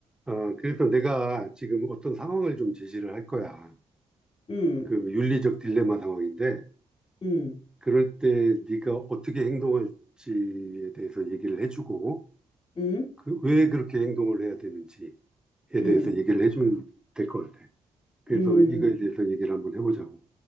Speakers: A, in the centre; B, on the left (about 45°).
A: 어, 그래서 내가 지금 어떤 상황을 좀 제시를 할 거야.
B: 음,
A: 그 윤리적 딜레마 상황인데,
B: 음,
A: 그럴 때 네가 어떻게 행동할지에 대해서 얘기를 해주고,
B: 음,
A: 그 왜 그렇게 행동을 해야 되는지에
B: 음,
A: 대해서 얘기를 해주면 될 것 같아. 그래서
B: 음,
A: 이거에 대해서 얘기를 한번 해보자고.